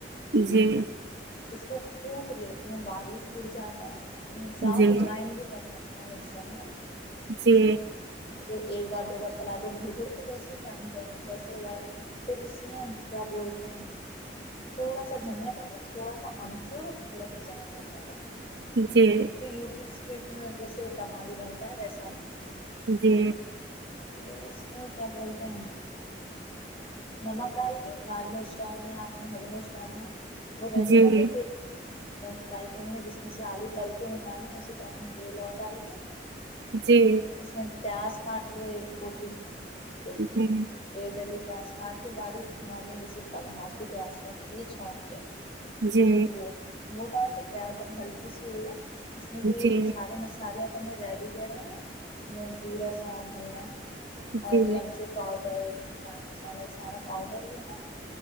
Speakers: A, on the right; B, on the left.
A: جی
B: اس کو کوٹ لیتی ہوں باریک کٹ جاتا ہے چاہو
A: جی
B: تو گرائنڈ بھی کر سکتے پ مکسر میں
A: جی
B: پھر ایک بار دو بار چلا دو گھر گھر تو ویسے ہی کھائ پؤ ویسے ہو جائے گا پھر اسس میں کیا بولتے ہیں تھوڑا سا دھنیا پاؤڈر تھوڑا سا امچور تھوڑا سا چاٹ مسالہ
A: جی
B: تو یو پی اسٹٹ جیسے دملو بنتا ہے ویسا
A: جی
B: تو اس کو کیا بولتے ہیں نمک ڈال کے لال مرچ ڈالنا ہے آپ نے ہری مرچ ڈالنا ہے فر و ریڈیو
A: جی
B: کر
A: جی
B: لو فرائی پین میں جس میں سے آلو تل کے نکالیں اسی پین میں تیل اور ڈال کے
A: جی
B: اس پیاس فٹ لو ایک کوٹی ایک
A: جی
B: ایک دلیپ پس کاٹ کے باریک نارمل جیسے بگھار کی پیاز کاتی چونک کے
A: جی
B: وہ موٹال <inaudible> تو پیاز اب ہلکی سی ہو جائے اس میں جو
A: جی جی
B: یہ سارے مسالے اپنے ریڈی کریں نا زیرہ سونکھ دھنیا
A: جی
B: ہری ہم سے پاؤڈر چار مسالا یہ سارا پاؤڈر جو ہے نا